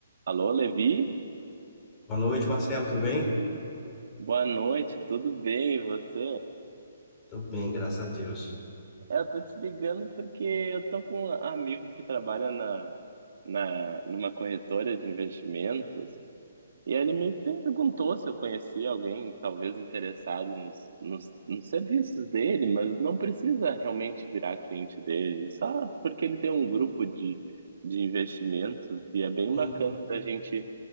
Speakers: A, on the right (about 60°); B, on the left (about 15°).
A: Alô, Levi?
B: Boa noite, Marcelo, tudo bem?
A: Boa noite, tudo bem, e você?
B: Tudo bem, graças a Deus.
A: É, Eu tô te ligando porque eu tô com um amigo que trabalha na, na, numa corretora de investimentos e ele me perguntou se eu conhecia alguém talvez interessado nos, nos, nos serviços dele, mas não precisa realmente virar cliente dele, só porque ele tem um grupo de, de investimentos e é bem
B: Hum,
A: bacana da gente.